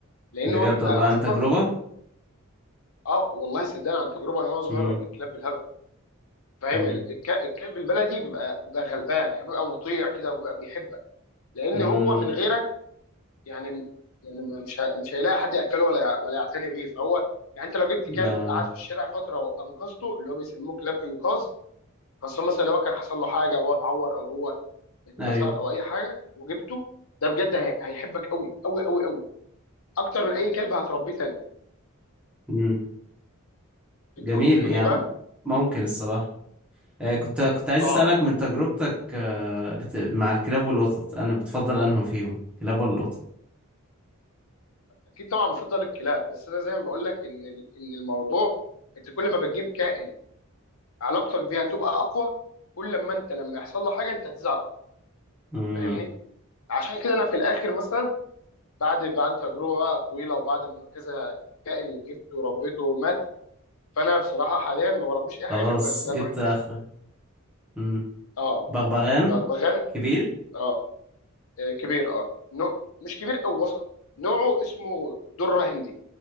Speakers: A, on the left; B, in the centre.
A: لان
B: بجد
A: هو بيبقى
B: والله
A: اصلا
B: عن تجربة؟
A: اه والله صدقني عن تجربه انا وانا صغير
B: مم.
A: ربيت كلاب بالهبل فاهم
B: مم.
A: ال- الك- الكلب البلدي بيبقى بيبقى غلبان يعني بيبقى مطيع كده وبيبقى بيحبك لان
B: مم.
A: هو من غيرك يعني يعني ما- مش ه- مش هيلاقي حد ياكله ولا ولا يعتني بيه فهو يعني انت لو جبت كلب
B: اه
A: قعد في الشارع فتره وانقذته اللي هو بيسموه كلاب انقاذ خاصه مثلا لو كان حصل له حاجه او هو اتعور او هو اتكسر
B: أيوه
A: او اي حاجه وجبته ده بجد هي- هيحبك قوي قوي قوي قوي اكتر من اي كلب هتربيه تاني
B: مم. جميل
A: انت كنت بتقول
B: يعني
A: ايه بقى
B: ممكن الصراحة آه، كنت كنت عايز
A: اه
B: أسألك من تجربتك آه، بت... مع الكلاب والقطط أنا بتفضل أنهم فيهم كلاب ولا القطط
A: اكيد طبعا بفضل الكلاب بس انا زي ما بقول لك ان ال- ان الموضوع انت كل ما بتجيب كائن علاقتك بيها هتبقى اقوى كل لما انت لما يحصل له حاجه انت هتزعل اكتر
B: مم.
A: فاهمني عشان كده انا في الاخر مثلا بعد بعد تجربه بقى طويله وبعد ما كذا كائن جبته وربيته ومات فانا بصراحه حاليا ما بربيش اي حاجه
B: خلاص
A: غير بغبغان
B: جبت
A: واحد
B: آخرك
A: بس
B: مم.
A: اه
B: بغبغان
A: بغبغان
B: كبير
A: اه آه، كبير اه نوع مش كبير او وسط نوعه اسمه دره هندي